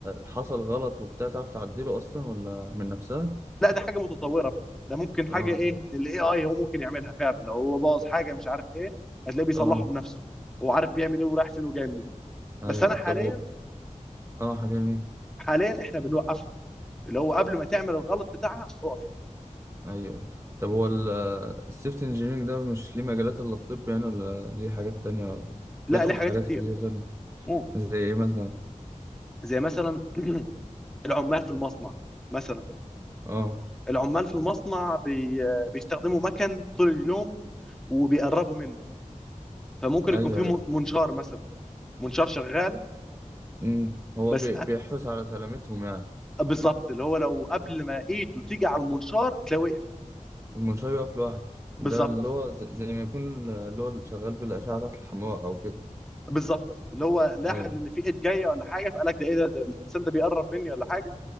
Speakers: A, on the right (about 20°); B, in the centre.
A: حصل غلط وبتاع تعرف تعدله اصلا ولا من نفسها
B: لا ده حاجه متطوره بقى ده ممكن حاجه
A: اه
B: ايه الاي اي هو ممكن يعملها فعلا لو هو باظ حاجه مش عارف ايه هتلاقيه بيصلحه
A: اه
B: بنفسه هو عارف بيعمل ايه ورايح فين وجاي منين
A: ايوه
B: بس انا حاليا
A: طب و- اه حاليا
B: حاليا احنا بنوقفها اللي هو قبل ما تعمل الغلط بتاعها اقفي
A: ايوه ايوه طب هو ال- السيفت انجينيرنج ده مش ليه مجالات الا الطب يعني ولا ليه حاجات تانية
B: لا
A: بيدخل
B: ليه حاجات
A: في حاجات
B: كتير
A: كتير تانية
B: مم.
A: زي ايه مثلا
B: زي مثلا <clears throat> العمال في المصنع مثلا
A: اه
B: العمال في المصنع بي... بيستخدموا مكن طول اليوم وبيقربوا منه فممكن
A: ايوه
B: يكون في
A: ايوه
B: منشار مثلا منشار شغال
A: امم هو
B: بس
A: بي- بيحرص على سلامتهم يعني
B: بالظبط اللي هو لو قبل ما ايده تيجي على المنشار تلاقيه وقف
A: المنشار يقف لوحده ده
B: بالظبط
A: اللي هو زي, زي ما يكون اللي هو شغال بالأشعة تحت الحمراء أو كده
B: بالظبط اللي هو لاحظ
A: ايوه
B: ان في ايد جايه ولا حاجه فقال لك ده ايه ده, ده الانسان ده بيقرب مني ولا حاجه